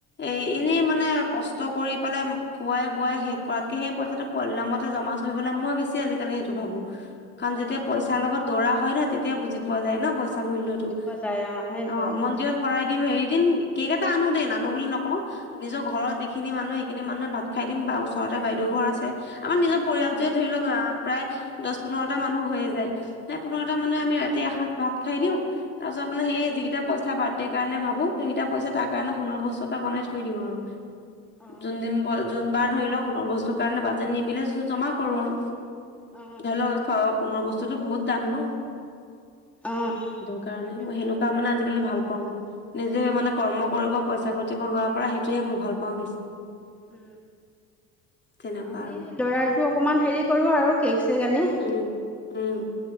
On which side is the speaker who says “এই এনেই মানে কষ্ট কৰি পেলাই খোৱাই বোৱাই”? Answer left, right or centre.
Left